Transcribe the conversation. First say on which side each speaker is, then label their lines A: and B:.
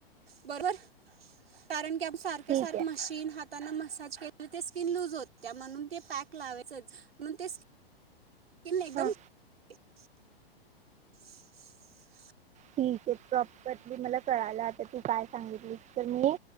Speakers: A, on the right; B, on the right.
A: बरोबर कारण की आप सारखं
B: ठीक
A: सारखं
B: आहे
A: मशीन हाताना मसाज केल म्हणजे ते स्किन लूज होत्या म्हणून, ते पॅक लावायचंच म्हणून ते स्क स्किन एकदम
B: हां
A: <unintelligible> <unintelligible>
B: ठिक ये प्र बदली मला कळाल आ तर तू काय? सांगितलीस तर, मी